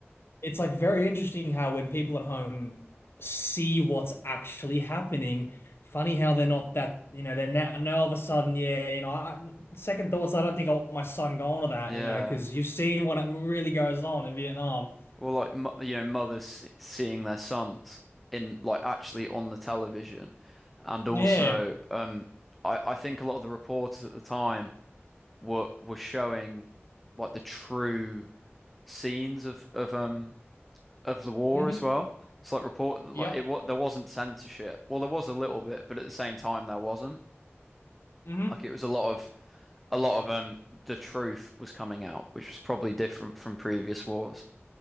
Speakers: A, on the left; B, in the centre.
A: it's like very interesting how when people at home see what's actually happening, funny how they're not that, you know, they're now, now all of a sudden, yeah, you know, I, second thoughts, I don't think I want my son going to that,
B: yeah.
A: you know, because you've seen what really goes on in Vietnam.
B: Or like mo- you know mothers se- seeing their sons in like actually on the television, and
A: Yeah.
B: also um, I I think a lot of the reporters at the time were were showing like the true scenes of of um of the war
A: hmm
B: as well. It's like report like
A: Yep.
B: it what there wasn't censorship. Well, there was a little bit, but at the same time there wasn't.
A: hmm
B: Like it was a lot of a lot of um the truth was coming out, which was probably different from previous wars.